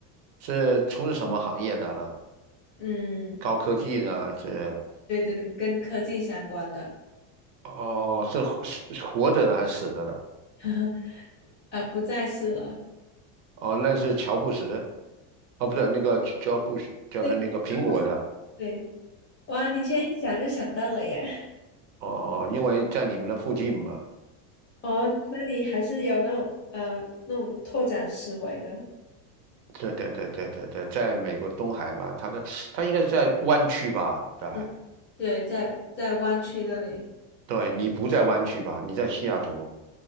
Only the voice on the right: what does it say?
是从事什么行业的呢？
高科技的还是
哦，是活是活着的还是死着的？
哦，那是乔布斯，哦，不是那个乔布斯，就是那个苹果的。
哦，因为在你们的附近嘛。
对对对对对对，在美国东海嘛，他在他应该是在湾区吧？对
对，你不在湾区吧？你在西雅图，